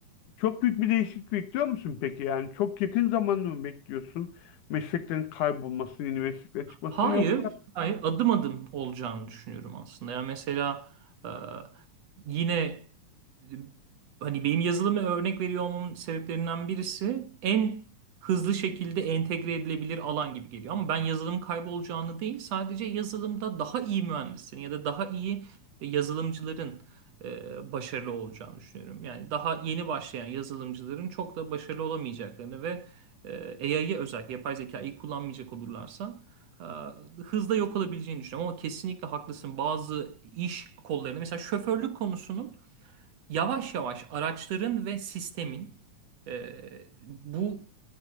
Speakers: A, on the left; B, on the right.
A: Çok büyük bir değişiklik bekliyor musun peki? Yani çok yakın zamanda mı bekliyorsun mesleklerin kaybolmasını, yeni mesleklerin çıkmasını
B: Hayır,
A: yok?
B: hayır adım adım olacağını düşünüyorum aslında. Yani mesela e, yine e, hani benim yazılımı örnek veriyor olmamın sebeplerinden birisi en hızlı şekilde entegre edilebilir alan gibi geliyor. Ama ben yazılım kaybolacağını değil, sadece yazılımda daha iyi mühendislerin ya da daha iyi e, yazılımcıların e, başarılı olacağını düşünüyorum. Yani daha yeni başlayan yazılımcıların çok da başarılı olamayacaklarını ve e, AI'yi özellikle yapay zekayı kullanmayacak olurlarsa Ha, hızla yok olabileceğini düşünüyorum ama kesinlikle haklısın. Bazı iş kollarında mesela şoförlük konusunun yavaş yavaş araçların ve sistemin e, bu